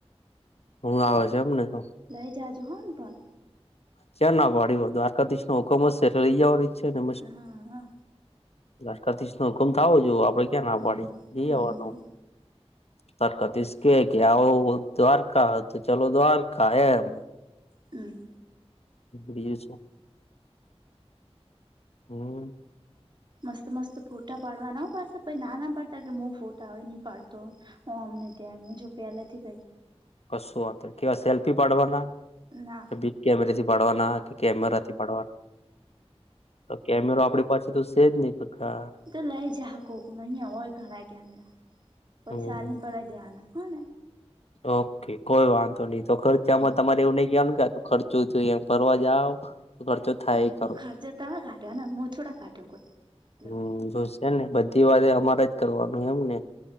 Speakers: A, on the left; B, on the right.
A: હું આવે છે. એમને તો
B: લઈ જાજ હોન પણ
A: ક્યાં ના ભડી દ્વારકાધીશ નો હુકમ જ છે એટલે લઈવાળી છેને.
B: હા હા
A: લાશ્કરથી હુકુમ થાવજો. આપડે ક્યાં ના
B: હમ
A: પાડી છે. જઈ
B: હમ
A: આવાનું. તરકાતસકે કે આ દ્વારકા તો ચાલો દ્વારકા એમ
B: હમ્મ
A: બીએ છે, હમ.
B: મસ્ત મસ્ત ફોટા પાડવાના મસ્ત પણ નાના પાડતા કે હું ફોટા આવે નઈ પાડતો. હ અમને ત્યાં એમને જો પેલેથી જ
A: કશું વાત, કેવા સેલ્ફી પાડવાના.
B: દઉં ના
A: કે બીગ કેમેરેથી પાડવાના કે, કેમેરાથી પાડવાના કેમેરો આપણી પાસે તો છેજ, નહી કકા.
B: તો લઈ જા હાકો ન હોય ઘણા ક્યારે પૈસાને
A: હમ
B: પડે ધ્યાના હ ને.
A: ઓકે. કોઈ વાંધો નહીં તો ખર્ચામાં
B: હમ
A: તમારે એવું નઈ કવાનું ક્યાત- ખર્ચું થયું. એમ ફરવા જાવ. તો ખર્ચો થાય
B: એ તો
A: કરો
B: પણ ખર્ચ તમે ઘાટો હ ન મો થોડા ઘટો કોઈ લ
A: <unintelligible> એ ને બધી વારે અમારે જ કરવાનું એમને.